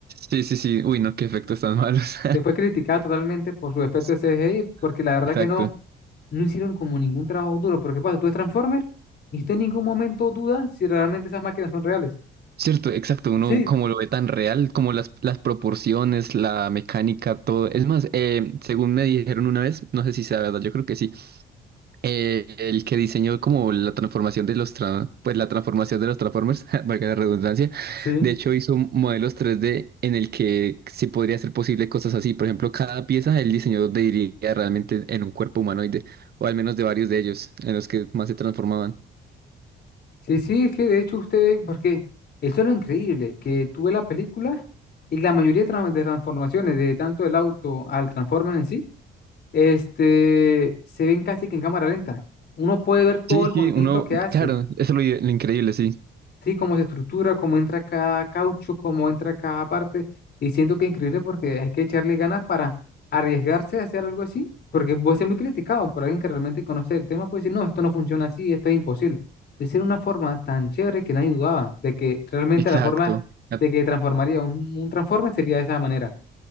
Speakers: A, on the right; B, on the left.
A: sí, sí, sí. Uy, no, qué efectos tan malos.
B: que fue criticada totalmente por su
A: <laughs>
B: efecto de CGI, porque la verdad
A: Exacto.
B: que no, no hicieron como ningún trabajo duro. Porque pasa, tú ves Transformers y usted en ningún momento duda si realmente esas máquinas son reales.
A: Cierto, exacto. Uno
B: Sí,
A: como lo ve tan real, como las, las proporciones, la mecánica, todo. Es más, eh, según me dijeron una vez, no sé si sea verdad, yo creo que sí. eh, el que diseñó como la transformación de los tra- pues la transformación de los Transformers, <laughs> valga la redundancia.
B: Sí.
A: De hecho, hizo modelos tres d en el que se podría hacer posible cosas así. Por ejemplo, cada pieza el diseñador diría realmente en un cuerpo humanoide, o al menos de varios de ellos, en los que más se transformaban.
B: Sí, sí, es que de hecho usted ve, porque eso es lo increíble, que tuve la película y la mayoría de, tran- de transformaciones, de tanto el auto al Transformer en sí, este, se ven casi que en cámara lenta. Uno puede ver todo
A: Sí,
B: el
A: sí,
B: movimiento
A: uno,
B: que hace.
A: claro, eso es lo lo increíble, sí.
B: Sí, cómo se estructura, cómo entra cada caucho, cómo entra cada parte. Y siento que es increíble porque hay que echarle ganas para arriesgarse a hacer algo así, porque puede ser muy criticado por alguien que realmente conoce el tema, puede decir, no, esto no funciona así, esto es imposible. Lo hicieron de una forma tan chévere que nadie dudaba de que realmente
A: Exacto.
B: la forma
A: Ah,
B: de que transformaría un, un transforme sería de esa manera.